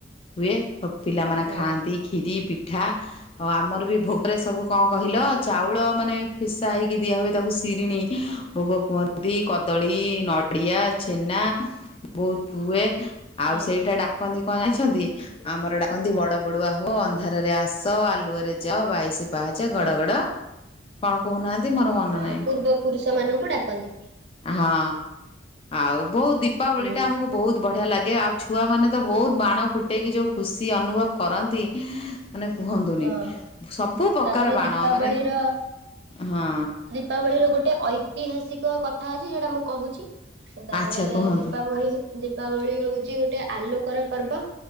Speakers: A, on the left (about 30°); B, on the right (about 60°).
A: ହୁଏ ଆଉ ପିଲାମାନେ
B: ହଁ
A: ଖାଆନ୍ତି କ୍ଷୀରି ପିଠା ଆଉ ଆମର ବି ଭୋଗରେ ସବୁ କଣ କହିଲା ଚାଉଳ ମାନେ ପିଶା ହେଇକି ଦିଆ ହୁଏ ତାକୁ ଶିରିନି। ଭୋଗ କୁହନ୍ତି କଦଳୀ, ନଡ଼ିଆ, ଛେନା ବହୁତ ହୁଏ। ଆଉ
B: ହଁ
A: ସେଇଟା ଡାକନ୍ତି କଣ ଯାଣିଛନ୍ତି? ଆମର ଡାକନ୍ତି ବଡ ବଡୁଆ ହୋ
B: କଣ
A: ଅନ୍ଧାରେ ରେ ଆସ ଆଲୁଅରେ ଯାଅ ବାଇଶ ପାହଁଚ
B: ହଁ
A: ଗଡ ଗଡ, କଣ କହୁନାହାନ୍ତି ମୋର ମନ
B: ହଁ
A: ନାହିଁ।
B: ପୂର୍ବ ପୁରୁଷ ମାନଙ୍କୁ ଡାକନ୍ତି
A: ହଁ ଆଉ ବହୁତ ଦୀପାବଳି
B: ହୁଁ
A: ଟା ଆମକୁ ବହୁତ ବଢିଆ ଲାଗେ। ଗେ ଆଉ ଛୁଆ ମାନେ ତ ବହୁତ ବାଣ ଫୁଟେଇକି ଯୋଉ ଖୁସି ଅନୁଭବ କରନ୍ତି। ମାନେ କୁହନ୍ତୁନି
B: ହଁ
A: ସବୁ ପ୍ରକାର
B: ତାପରେ
A: ବାଣ
B: ଦୀପାବଳିର
A: ମାନେ ହଁ
B: ଦୀପାବଳି ରେ ଗୋଟେ ଐତିହାସିକ କଥା ଅଛି ଯୋଉଟା ମୁଁ କହୁଛି ତାପରେ
A: ଆଚ୍ଛା କୁହନ୍ତୁ
B: ଦୀପାବଳି ଦୀପାବଳି ହଉଛି ଗୋଟେ ଆଲୋକର ପର୍ବ।